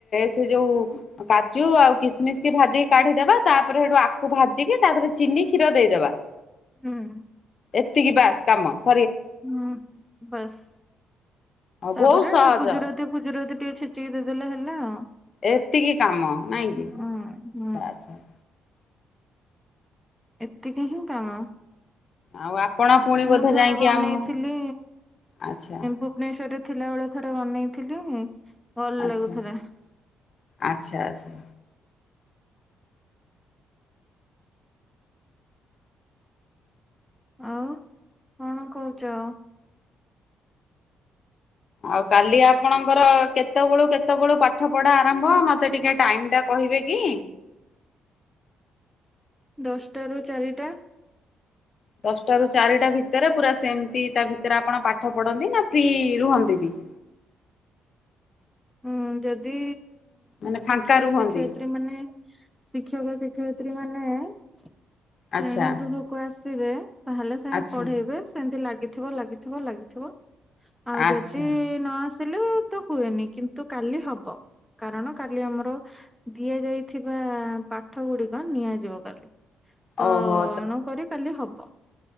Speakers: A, on the left (about 50°); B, in the centre.
A: ସେ ଯୋଉ କାଜୁ ଆଉ କିସମିସ୍ କି ଭାଜିିକି କାଢିଦବା ତାପରେ ସେଠୁ ଆଖୁ ଭାଜିକି ତାରେ ଚିନି କ୍ଷୀର ଦେଇଦବା
B: ହୁଁ
A: ଏତିକି ବାସ୍ କାମ ।
B: ହୁଁ ବାସ୍
A: ଆଉ
B: ତାପରେ
A: ବହୁତ ସହଜ
B: ଗୁଜୁରାତି ପୂଜା ଟିକେ ଛେଚିକି ଦେଇଦେଲେ ହେଲା ଆଉ
A: ଏତିକି କାମ ନାଇଁ
B: ହୁଁ
A: କି ଆଛା
B: ହୁଁ
A: ଆଛା ।
B: ଏତିକି ହିଁ କାମ।
A: ଆଉ ଆପଣ ପୁଣି
B: ମୁଁ
A: ବୋଧେ
B: ଥରେ
A: ଯାଇକି
B: ବନେଇଥିଲି
A: ଆମ ଆଚ୍ଛା
B: ଭୁବନେଶ୍ଵରରେ ଥିଲା ବେଳେ ଥରେ ବନେଇଥିଲି ଭଲ
A: ଆଛା
B: ଲାଗୁଥିଲା।
A: ଆଚ୍ଛା ଆଚ୍ଛା
B: ଆଉ କଣ କହୁଛ?
A: ଆଉ କାଲି ଆପଣଙ୍କର କେତେବେଳୁ କେତେବେଳୁ ପାଠ ପଢା ଆରମ୍ଭ ମତେ ଟିକେ ଟାଇମ ଟା କହିବେ କି?
B: ଦଶଟା ରୁ ଚାରିଟା ।
A: ଦଶଟ ରୁ ଚାରିଟା ଭିତରେ ପୁରା ସେମିତି ତା ଭିତରେ ଆପଣ ପାଠ ପଢନ୍ତି ନା ଫ୍ରି ରୁହନ୍ତି ବି <inaudible>
B: ହୁଁ ଯଦି
A: ମାନେ
B: ଶିକ୍ଷକ
A: ଫାଙ୍କା ରୁହନ୍ତି
B: ଶିକ୍ଷୟତ୍ରୀ ମାନେ ଶିକ୍ଷକ ଶିକ୍ଷୟତ୍ରୀ ସ୍ତ୍ରୀ ମାନେ ଶ୍ରେଣୀ
A: ଆଚ୍ଛା
B: ଗୃହକୁ ଆସିଵେ ତାହଲେ ସେ
A: ଆଚ୍ଛା
B: ପଢେଇବେ ସେମତି ଲାଗିଥିବ ଲାଗିଥିବ ଲାଗିଥିବ ଆଉ
A: ଆଚ୍ଛା।
B: ଯଦି ନ ଆସିଲେ ତ ହୁଏନି କିନ୍ତୁ କାଲି ହବ। କାରଣ କାଲି ଆମର ଦିଆଯାଇଥିବା ପାଠ ଗୁଡିକ ନିଆଯିବ କାଲି ତ
A: ଓହୋ
B: ଅଣୁ କରି କାଲି ହବ।